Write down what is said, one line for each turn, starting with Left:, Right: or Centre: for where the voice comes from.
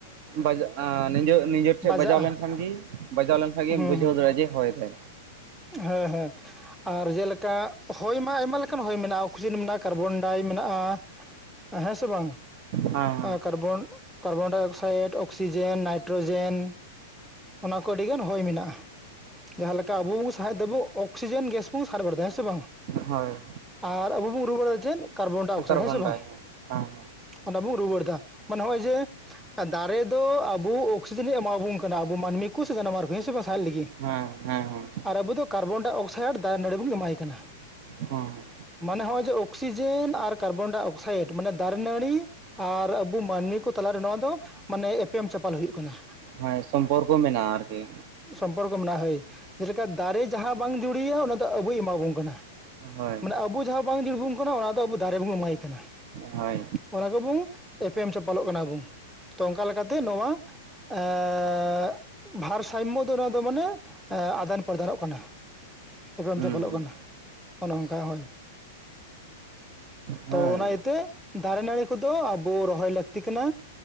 Right: ᱵᱟᱡᱟᱼᱟ ᱱᱤᱡᱮᱨ ᱱᱤᱡᱮᱨ
Centre: ᱵᱟᱡᱟᱜᱼᱟ
Right: ᱴᱷᱮᱱ ᱵᱟᱡᱟᱣ ᱞᱮᱱᱠᱷᱟᱱᱜᱤ ᱵᱟᱡᱟᱣ ᱞᱮᱱᱠᱷᱟᱱᱜᱤ
Centre: ᱦᱩᱸ
Right: ᱵᱩᱡᱷᱟᱹᱣ
Centre: ᱦᱩᱸ
Right: ᱫᱟᱲᱮᱭᱟᱜ-ᱟ ᱡᱮ ᱦᱳᱭ ᱫᱟᱭ
Centre: ᱦᱮᱸ ᱦᱮᱸ ᱟᱨ ᱡᱮᱞᱮᱠᱟ ᱦᱚᱭ ᱢᱟ ᱟᱭᱢᱟ ᱞᱮᱠᱟᱱ ᱦᱚᱭ ᱢᱮᱱᱟᱜᱟ ᱚᱠᱥᱤᱡᱮᱱ ᱢᱮᱱᱟᱜᱼᱟ ᱠᱟᱨᱵᱚᱱᱰᱟᱭ ᱢᱮᱱᱟᱜᱼᱟ ᱦᱮᱸ ᱥᱮ ᱵᱟᱝ?
Right: ᱦᱮᱸ
Centre: ᱠᱟᱨᱵᱚᱱ ᱠᱟᱨᱵᱚᱱᱰᱟᱭ ᱚᱠᱥᱟᱭᱤᱰ ᱚᱠᱥᱤᱡᱮᱱ ᱱᱟᱭᱴᱨᱳᱡᱮᱱ ᱚᱱᱟ ᱠᱚ ᱟᱹᱰᱤ ᱜᱟᱱ ᱦᱚᱭ ᱢᱮᱱᱟᱜ-ᱟ, ᱡᱟᱦᱟᱸ ᱞᱮᱠᱟ ᱟᱵᱩ ᱥᱟᱦᱮᱸᱜ ᱫᱚᱵᱚ ᱚᱠᱥᱤᱡᱮᱱ ᱜᱮᱥ ᱵᱚᱱ ᱥᱟᱨᱵᱷᱟᱨ ᱫᱟ ᱦᱮᱸ ᱥᱮ ᱵᱟᱝ?
Right: ᱦᱳᱭ᱾
Centre: ᱟᱨ ᱟᱵᱩ ᱵᱚᱱ ᱩᱨᱩᱜ ᱵᱟᱲᱟᱭᱟ ᱪᱮᱫ ᱠᱟᱨᱵᱚᱱᱰᱟᱭ ᱚᱠᱥᱟᱭᱤᱰ
Right: ᱠᱟᱨᱵᱚᱱ
Centre: ᱦᱮᱸ ᱥᱮ ᱵᱟᱝ?
Right: ᱰᱟᱭ ᱦᱮᱸ
Centre: ᱚᱱᱟ ᱵᱚᱱ ᱨᱩᱣᱟᱹᱲ ᱫᱟ, ᱢᱟᱱᱮ ᱦᱚᱸᱜ-ᱚᱭ ᱡᱮ ᱟᱨ ᱫᱟᱨᱮ ᱫᱚ ᱟᱵᱩ ᱚᱠᱥᱤᱡᱮᱱᱮ ᱮᱢᱟᱵᱩᱱ ᱠᱟᱱᱟ ᱟᱵᱩ ᱢᱟᱹᱱᱢᱤ ᱠᱚ ᱥᱮ ᱡᱟᱱᱣᱟᱨ ᱠᱚ ᱦᱮᱸ ᱥᱮ ᱵᱟᱝ ᱥᱟᱦᱮᱫ ᱞᱟᱹᱜᱤᱫ?
Right: ᱦᱮᱸ ᱦᱮᱸ᱾ ᱦᱮᱸ
Centre: ᱟᱨ ᱟᱵᱩ ᱫᱚ ᱠᱟᱨᱵᱚᱱᱰᱟᱭ ᱚᱠᱥᱟᱭᱮᱰ ᱫᱟᱨᱮ ᱱᱟᱹᱲᱤ ᱵᱚᱱ ᱮᱢᱟᱭ ᱠᱟᱱᱟ᱾
Right: ᱦᱮᱸ
Centre: ᱢᱟᱱᱮ ᱦᱚᱸᱜ-ᱚᱭ ᱡᱮ ᱚᱠᱥᱤᱡᱮᱱ ᱟᱨ ᱠᱟᱨᱵᱚᱱᱰᱟᱭ ᱚᱠᱥᱟᱭᱤᱰ ᱢᱟᱱᱮ ᱫᱟᱨᱮ ᱱᱟᱹᱲᱤ ᱟᱨ ᱟᱵᱩ ᱢᱟᱹᱱᱢᱤ ᱠᱚ ᱛᱟᱞᱟᱨᱮ ᱱᱚᱣᱟ ᱫᱚ ᱢᱟᱱᱮ ᱮᱯᱮᱢ ᱪᱟᱯᱟᱞ ᱦᱩᱭᱩᱜ ᱠᱟᱱᱟ᱾
Right: ᱦᱮᱸ ᱥᱚᱢᱯᱚᱨᱠᱚ ᱢᱮᱱᱟᱜ-ᱟ ᱟᱨᱠᱤ᱾
Centre: ᱥᱚᱢᱯᱚᱨᱠᱚ ᱢᱮᱱᱟᱜ-ᱟ ᱦᱳᱭ, ᱡᱮᱞᱮᱠᱟ ᱫᱟᱨᱮ ᱡᱟᱦᱟᱸ ᱵᱟᱝ ᱡᱩᱲᱤᱭᱟᱹ ᱚᱱᱟ ᱫᱚ ᱟᱵᱩᱭ ᱮᱢᱟ ᱵᱚᱱ ᱠᱟᱱᱟ᱾
Right: ᱦᱳᱭ
Centre: ᱢᱟᱱᱮ ᱟᱵᱩ ᱡᱟᱦᱟᱸ ᱵᱟᱝ <unintelligible> ᱠᱟᱱᱟ ᱚᱱᱟ ᱫᱚ ᱟᱵᱚ ᱫᱟᱨᱮ ᱵᱚᱱ ᱮᱢᱟᱭ ᱠᱟᱱᱟ᱾
Right: ᱦᱳᱭ
Centre: ᱚᱱᱟ ᱠᱚᱵᱩᱱ ᱮᱯᱮᱢ ᱪᱟᱯᱟᱞᱚᱜ ᱠᱟᱱᱟ ᱵᱩᱱ, ᱛᱚ ᱚᱱᱠᱟ ᱞᱮᱠᱟᱛᱮ ᱱᱚᱣᱟ ᱮᱸᱻ ᱵᱷᱟᱨ ᱥᱟᱭᱢᱢᱚ ᱫᱚ ᱱᱚᱣᱟ ᱫᱚ ᱢᱟᱱᱮ ᱮᱸᱻ ᱟ ᱫᱟᱱ ᱯᱚᱨᱫᱟᱱᱚᱜ ᱠᱟᱱᱟ, ᱮᱯᱮᱢ
Right: ᱦᱩᱸ
Centre: ᱪᱟᱯᱚᱞᱚᱜ ᱠᱟᱱᱟ, ᱚᱱᱮ ᱚᱱᱠᱟ ᱦᱳᱭ᱾
Right: ᱦᱳᱭ
Centre: ᱛᱚ ᱚᱱᱟ ᱤᱭᱟᱹ ᱛᱮ, ᱫᱟᱨᱮ ᱱᱟᱹᱲᱤ ᱠᱚᱫᱚ ᱟᱵᱚ ᱨᱚᱦᱚᱭ ᱞᱟᱹᱠᱛᱤ ᱠᱟᱱᱟ,